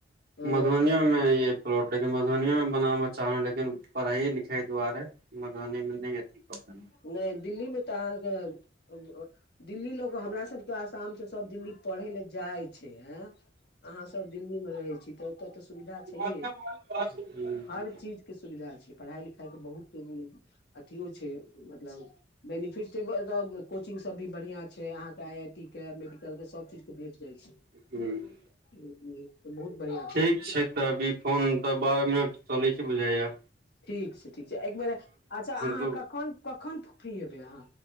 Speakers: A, on the left; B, on the right.
A: हँ
B: मधुबनियो में यै प्लॉट लेकिन मधुबनीए में बनावऽ चाहलौं लेकिन पढ़ाइये-लिखाई दुआरे। मधुबनी में नै अथी कऽ पेलौं।
A: नै दिल्ली में तऽ अहाँके अब-अब। दिल्ली लोक हमरा सभकेऽ आसामसँ सभ दिल्ली पढ़य लए जाइ छै ऐं। अहाँ सब दिल्ली में रहै छी तऽ ओतऽ तऽ सुविधा छैहे
B: पेलहुँ
A: हर चीज। के सुविधा छै पढ़ाई-लिखाई के बहुत अथियो छै मतलब बेनिफिट छै ब तऽ कोचिंग सब भी बढ़िआं छै अहाँके आई आई टी के मेडिकल के सभ चीज के भेट जाइ छै।
B: हूँ।
A: एबै। तऽ बहुत बढ़िआँ।
B: ठीक छै तऽ अभी फोन तऽ बारह मिनट चलै छै बुझैया।
A: ठीक छै ठीक छै एकबेर अच्छा अहाँ
B: दू
A: कखन कखन फ्री हेबै अहाँ।